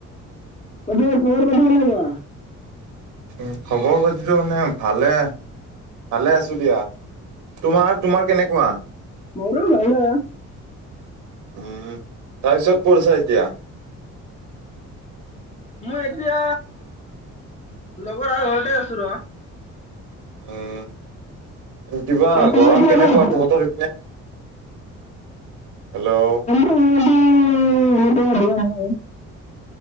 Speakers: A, on the left; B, on the right.
A: বাকী খবৰ পাতি কেনেকুৱা?
B: উ, খবৰ খাতিটো মানে ভালে। ভালে আছোঁ দিয়া। তোমাৰ তোমাৰ কেনেকুৱা?
A: মোৰো ভালে।
B: উম! তাৰপিছত কত আছা এতিয়া?
A: মই এতিয়া লগৰ লৰা ঘৰতে আছো ৰ!
B: উম! কিবা
A: গৰমটো
B: গৰম তহঁতৰ
A: অলপ
B: সেইফালে? হেল্ল'!
A: <unintelligible>